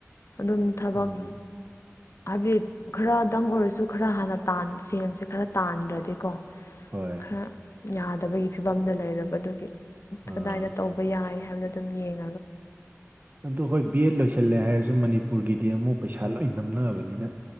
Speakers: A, on the left; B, on the right.
A: ꯑꯗꯨꯝ ꯊꯕꯛ
B: ꯎꯝ
A: ꯍꯥꯏꯕꯗꯤ ꯈꯔꯗꯪ ꯑꯣꯏꯔꯁꯨ ꯈꯔ ꯍꯥꯟꯅ ꯁꯦꯟꯁꯦ ꯈꯔ ꯇꯥꯟꯗ꯭ꯔꯗꯤꯀꯣ
B: ꯍꯣꯏ
A: ꯈꯔ ꯌꯥꯗꯕꯒꯤ ꯐꯤꯕꯝꯗ ꯂꯩꯔꯕ ꯑꯗꯨꯒꯤ ꯀꯗꯥꯏꯗ
B: ꯑꯥ
A: ꯇꯧꯕ ꯌꯥꯏ ꯍꯥꯏꯕꯗꯣ ꯑꯗꯨꯝ ꯌꯦꯡꯉ
B: ꯑꯗꯨ ꯍꯣꯏ ꯕꯤ ꯑꯦꯗ ꯂꯣꯏꯁꯤꯜꯂꯦ ꯍꯥꯏꯔꯁꯨ ꯃꯅꯤꯄꯨꯔꯒꯤꯗꯤ ꯑꯃꯨꯛ ꯄꯩꯁꯥ ꯂꯣꯏ ꯅꯝꯅꯕꯅꯤꯅ